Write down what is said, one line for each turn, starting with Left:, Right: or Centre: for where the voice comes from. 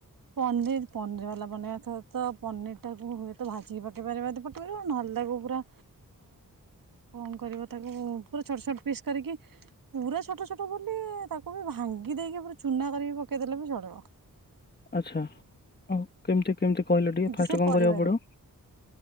Right: ପନିର ପନିର ବାଲା ବନେଇବା ତ ପନିର ଟା କୁ ହୁଏତ ଭାଜିକି ପକେଇ ପାରିବା ତ ପକେଇ ପାରିବା ନହେଲେ ତାକୁ ପୁରା କଣ କରିବ ତାକୁ ପୁରା ଛୋଟ ଛୋଟ ପିସ୍ କରି କି ପୁରା ଛୋଟ ଛୋଟ ବୋଲି ତାକୁ ବି ଭାଙ୍ଗି ଦେଇକି ପୁରା ଚୁନା କରିକି ପକେଇ ଦେଲେ ବି ଚଳିବ।
Left: ଆଚ୍ଛା ଆଉ ହୁ କେମିତି କେମିତି କହିଲ ଟିକେ
Right: କିନ୍ତୁ
Left: ଫାର୍ଷ୍ଟ
Right: ସେ
Left: କଣ
Right: ପରିବା
Left: କରିବାକୁ ପଡ଼ିବ
Right: ରେ